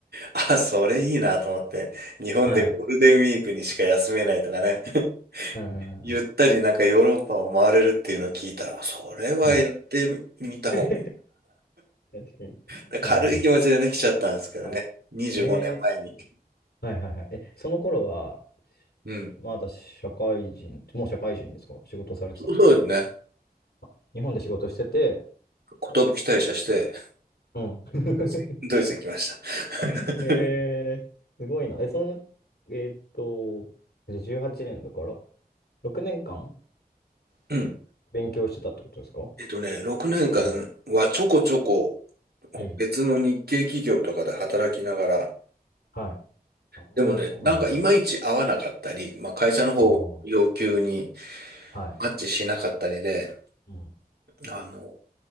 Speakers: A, on the right; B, on the left.
A: あ、それいいなと思って、日本でゴールデンウィークにしか休めないとかね、
B: はい。
A: <laughs>
B: うんうんうんうん。
A: ゆったりなんかヨーロッパを回れるっていうのを聞いたら、それはやってみた方
B: はい。<laughs> 確かに。
A: が、軽い気持ちでね、
B: はいはいはい。
A: 来ちゃったんですけどね、
B: はい。
A: 25年前に。
B: えー、はいはいはい。え、その頃は、
A: うん。
B: まだ社会人、もう社会人ですか仕事されてたんですか
A: そうそうですね。
B: あ日本で仕事してて、
A: 寿退社して、
B: うん。<laughs>
A: ドイツにドイツに来ました。<laughs>
B: えー、すごいな。え、その、えーっと、18年だから、6年間
A: うん。
B: 勉強してたってことですか
A: えっとね、6年間はちょこちょこ
B: うんうん。
A: 別の日系企業とかで働きながら、
B: はい。ああ、
A: でもね、なんかいまいち合わなかったり、
B: なるほ
A: まあ、会社の方要求に
B: ど。ああ、はい。
A: マッチしなかったりで、
B: うん。
A: あの、